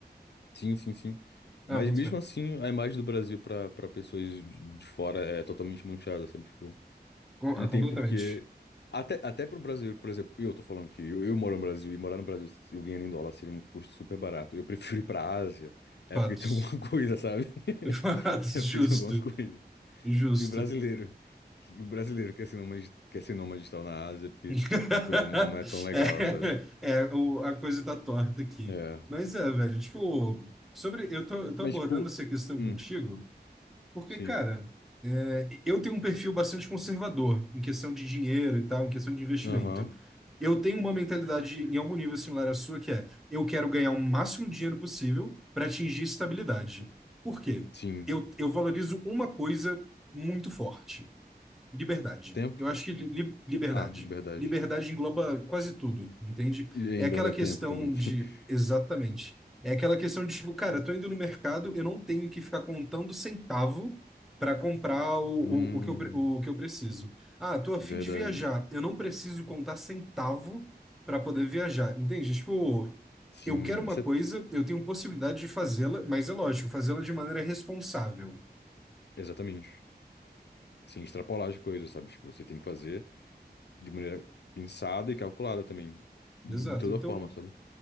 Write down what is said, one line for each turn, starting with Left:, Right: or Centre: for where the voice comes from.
Left: Sim, sim, sim. Mas
Centre: Ah, boto
Left: mesmo
Centre: fé.
Left: assim, a imagem do Brasil para para pessoas de de fora é totalmente manchada, sabe? Tipo,
Centre: Com-
Left: não
Centre: Ah,
Left: tem
Centre: completamente.
Left: porquê. Até, até pro brasileiro, por exemplo, eu tô falando que eu, eu moro no Brasil e morar no Brasil, eu ganhando em dólar, seria um custo super barato. Eu prefiro ir pra Ásia, é
Centre: Fatos.
Left: porque tem alguma <laughs> coisa, sabe? <laughs>
Centre: <laughs> Fatos,
Left: É porque
Centre: justo.
Left: tem alguma coisa.
Centre: Justo.
Left: Se o brasileiro, que- o brasileiro quer ser nômade, quer ser nômade e tal na Ásia, porque
Centre: <laughs>
Left: a coisa não não é tão legal, sabe?
Centre: É, é, o- a coisa tá torta aqui.
Left: É.
Centre: Mas é, velho, tipo, sobre. Eu tô, eu tô
Left: Mas,
Centre: abordando
Left: tipo,
Centre: essa questão
Left: hum,
Centre: contigo. Porque,
Left: sim.
Centre: cara, é, eu tenho um perfil bastante conservador em questão de dinheiro e tal, em questão de investimento.
Left: Aham,
Centre: Eu tenho uma mentalidade em algum nível similar à sua, que é eu quero ganhar o máximo de dinheiro possível para atingir estabilidade. Por quê?
Left: sim.
Centre: Eu, eu valorizo uma coisa muito forte. Liberdade.
Left: Tempo?
Centre: Eu acho que li- li- liberdade.
Left: Ah, liberdade.
Centre: Liberdade engloba quase tudo, entende?
Left: E
Centre: É
Left: engloba
Centre: aquela questão
Left: tempo também. <laughs>
Centre: de. Exatamente. É aquela questão de, tipo, cara, eu tô indo no mercado, eu não tenho que ficar contando centavo para comprar o, o,
Left: Hum,
Centre: o que eu, pre- o que eu preciso. Ah, tô a
Left: verdade.
Centre: fim de viajar, eu não preciso contar centavo para poder viajar, entende? Tipo,
Left: Sim,
Centre: eu quero uma
Left: isso
Centre: coisa,
Left: é.
Centre: eu tenho possibilidade de fazê-la, mas é lógico, fazê-la de maneira responsável.
Left: Exatamente. Sim, extrapolar as coisas, sabe? Tipo, você tem que fazer de maneira pensada e calculada também. De,
Centre: Exato.
Left: de toda
Centre: Então.
Left: forma, sabe?